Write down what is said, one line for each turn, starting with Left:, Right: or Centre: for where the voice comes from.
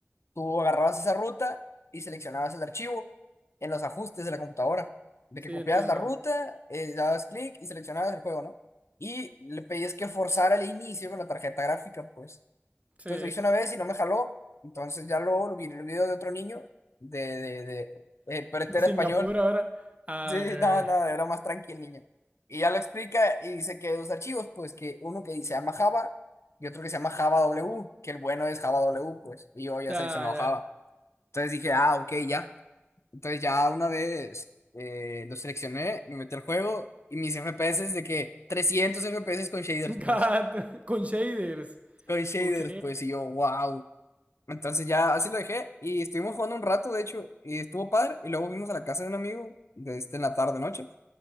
Left: Tú agarrabas esa ruta y seleccionabas el archivo en los ajustes de la computadora. De
Right: Sí,
Left: que copiabas
Right: entiendo.
Left: la ruta, eh, dabas clic y seleccionabas el juego, ¿no? Y le pedías que forzara el inicio con la tarjeta gráfica, pues.
Right: Sí.
Left: Entonces lo hice una vez y no me jaló. Entonces ya luego lo vi en el video de otro niño, de, de, de, eh, pero
Right: De
Left: este era
Right: Singapur
Left: español.
Right: ahora. Ah,
Left: Sí,
Right: ok,
Left: no,
Right: ok.
Left: no, era más tranqui el niño. Y ya lo explica y dice que hay dos archivos, pues que uno que se llama Java y otro que se llama Java W, que el bueno es Java W, pues. Y yo ya
Right: Ya,
Left: seleccionado
Right: ya.
Left: Java. Entonces dije, ah, ok, ya. Entonces ya una vez eh, lo seleccioné, me metí al juego y mis FPS de que 300 FPS con shaders,
Right: God <laughs>
Left: pues.
Right: con shaders.
Left: Con shaders,
Right: Ok.
Left: pues. Y yo, wow. Entonces ya así lo dejé y estuvimos jugando un rato, de hecho, y estuvo padre. Y luego fuimos a la casa de un amigo de este, en la tarde, noche,